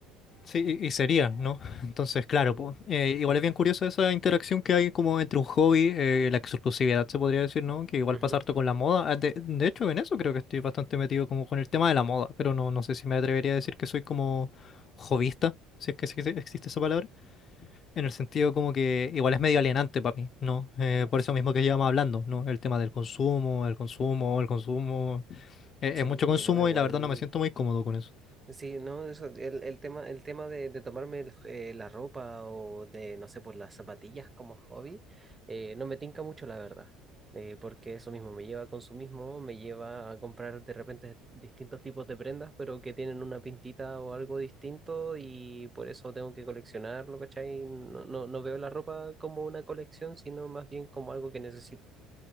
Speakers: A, on the left; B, on the right.
A: Sí, y y sería, ¿no? <laughs> Entonces, claro,
B: Sí.
A: po, eh, igual es bien curioso esa interacción que hay como entre un hobby, eh, la exclusividad se podría decir, ¿no? Que igual
B: Ujú.
A: pasa pasarte con la moda. Ah, De, de hecho, en eso creo que estoy bastante metido como con el tema de la moda, pero no, no sé si me atrevería a decir que soy como hobbyista, si es que existe existe esa palabra, en el sentido como que igual es medio alienante para mí, ¿no? Eh,
B: Sí,
A: por eso mismo que llevamos hablando, ¿no? El tema del consumo, el consumo, el consumo. Eh,
B: sí,
A: es mucho consumo
B: no, igual.
A: y la verdad no me siento muy cómodo con eso.
B: Sí, no, eso, el, el tema, el tema de, de tomarme el- eh, la ropa o de, no sé, por las zapatillas como hobby, eh, no me tinca mucho, la verdad. Eh, porque eso mismo me lleva a consumismo, me lleva a comprar de repente distintos tipos de prendas, pero que tienen una pintita o algo distinto y por eso tengo que coleccionarlo, ¿cachai? No, no, no veo la ropa como una colección, sino más bien como algo que necesito.